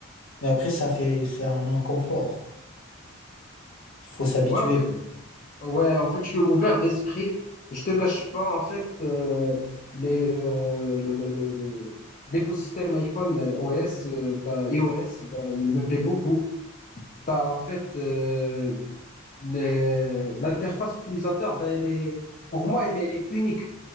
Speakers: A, on the left (about 70°); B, on the left (about 40°).
A: Mais après, ça fait, c'est un inconfort. Faut s'habituer,
B: ouais, en fait,
A: quoi.
B: ouais, en fait, je suis ouvert d'esprit. Je te cache pas, en fait, euh, les euh, le- le- le- l'écosystème iPhone euh, OS, euh, bah, iOS, bah, il me plaît beaucoup. bah en fait euh, les- l'interface utilisateur, bah, elle est, pour moi, elle est unique